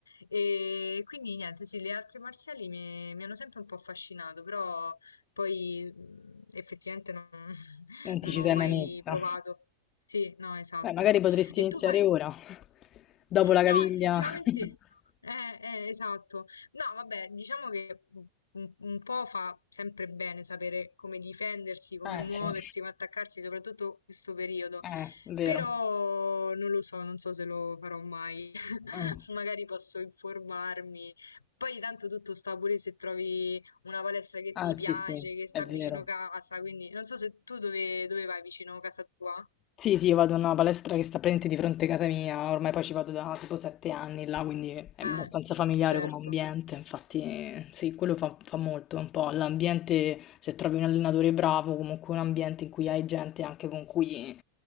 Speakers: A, on the left; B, on the left.
A: E quindi niente, sì, le arti marziali mi, mi hanno sempre un po' affascinato, però. Poi, mhmm, effettivamente non <laughs>
B: non ti
A: non
B: ci
A: ho
B: sei
A: mai
B: mai messa.
A: provato. Sì, no, esatto.
B: Beh, magari potresti
A: E
B: iniziare
A: tu fai
B: ora, <laughs> dopo la
A: no,
B: caviglia.
A: effettivamente
B: <laughs>
A: eh, eh, esatto. No, vabbè, diciamo che u un un po' fa sempre bene sapere come difendersi, come
B: Eh
A: muoversi,
B: sì,
A: come attaccarsi, soprattutto questo periodo.
B: eh, vero.
A: Però non lo so, non so se lo farò mai. <laughs>
B: Mm.
A: Magari posso informarmi. Poi tanto tutto sta pure se trovi una palestra che
B: Ah
A: ti piace,
B: sì, sì,
A: che sta
B: è vero.
A: vicino casa, quindi non so se tu dove, dove vai vicino casa tua?
B: Sì, sì, io vado in una palestra che sta praticamente di fronte a casa mia, ormai poi ci vado da tipo sette anni là, quindi è abbastanza
A: Eh,
B: familiare
A: certo,
B: come ambiente, infatti eh, sì, quello fa, fa molto un po', l'ambiente, se trovi un allenatore bravo, comunque un ambiente in cui hai gente anche con cui